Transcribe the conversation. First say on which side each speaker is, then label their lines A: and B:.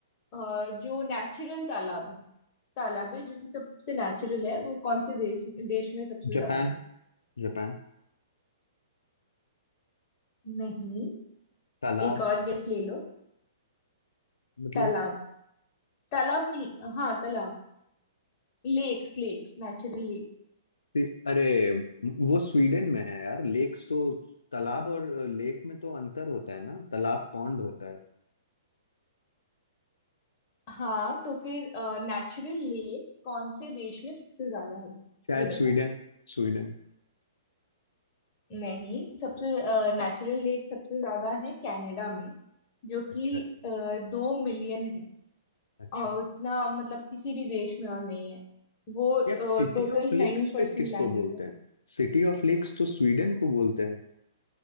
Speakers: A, on the left; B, on the left.
A: अ, जो नेचुरल तालाब है तालाब है जो कि सबसे नेचुरल है वो कौन से देश देश में सबसे
B: Japan
A: ज्यादा है
B: Japan
A: नहीं
B: तालाब
A: एक और गेस ले लो
B: मतलब
A: तालाब तालाब नहीं हाँ तालाब लेक्स लेक्स नेचुरल लेक्स
B: कि- अरे वो स्वीडन में है यार लेक्स तो तालाब और लेक में तो अंतर होता है ना तालाब पॉन्ड होता है
A: हाँ तो फिर नेचुरल लेक्स कौन से देश में सबसे ज्यादा है
B: शायद
A: ये बताओ
B: स्वीडन स्वीडन
A: नहीं सबसे नेचुरल लेक सबसे ज्यादा है कनाडा में जो
B: अच्छा
A: कि
B: ठीक
A: अ, दो मिलियन है
B: अच्छा
A: और उतना मतलब किसी भी देश में और नहीं है वो
B: यार सिटी
A: total
B: ऑफ लेक्स
A: nine percent
B: फिर किसको
A: land
B: बोलते
A: area
B: हैं सिटी ऑफ लेक्स तो स्वीडन को बोलते हैं